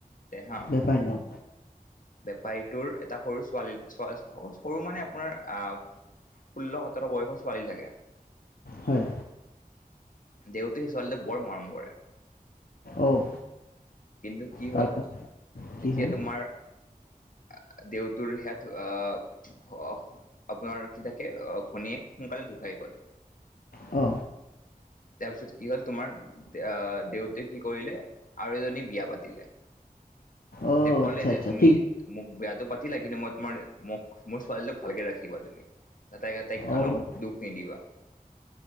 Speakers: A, on the left (about 60°); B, on the left (about 80°).
A: তে হা
B: বেপাৰী ন।
A: বেপাৰীটোৰ এটা সৰু ছোৱালী সৰু মানে আপোনাৰ আহ ষোল্ল সোতৰ বয়সৰ ছোৱালী থাকে।
B: হয়।
A: দেউতে সেই ছোৱালীটো বৰ মৰম কৰে।
B: অ',
A: কিন্তু কি
B: তাৰপাছত
A: হল যেতিয়া
B: কি হ'ল?
A: তোমাৰ। অ দেউতৰ হেত অ। অ আপোনাৰ কি থাকে ঘৈনীয়েক সোনকালে ঢুকাই গল।
B: অ
A: তাৰপিছত কি হল তোমাৰ অহ দেউতে কি কৰিলে আৰু এজনী বিয়া পাতিলে।
B: অ',
A: তেওঁ ক'লে
B: আচ্ছা,
A: যে
B: আচ্ছা,
A: তুমি
B: ঠিক
A: মোক বিয়াত পাতিলা কিন্তু মই তোমাৰ মোক মোৰ ছোৱালীটো ভালকে ৰাখিবা তুমি এটাই কতাই কানো
B: অ',
A: দুখ নিদিবা